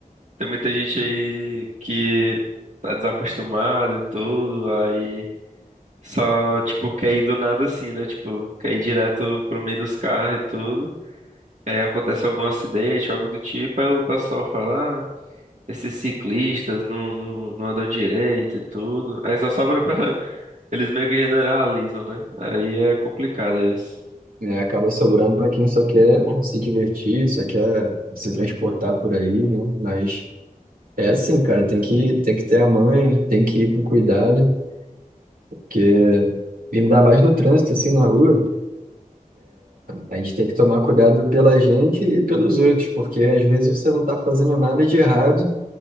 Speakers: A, on the right; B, on the right.
A: tem muita gente aí que tá desacostumada e tudo, aí só tipo quer ir do nada assim, né? Tipo, quer ir direto pro meio dos carros e tudo. E aí acontece algum acidente, algo do tipo, aí o pessoal fala, "Ah, Esses ciclistas não, não, não andam direito e tudo. Aí só sobra pra. <laughs> Eles meio que generalizam, né? Aí é complicado isso.
B: É, acaba sobrando pra quem só quer se divertir, só quer se transportar por aí, né? Mas é assim, cara, tem que, tem que ter a mãe, tem que ir com cuidado, porque ainda mais no trânsito, assim, na rua. A gente tem que tomar cuidado pela gente e pelos outros, porque às vezes você não está fazendo nada de errado,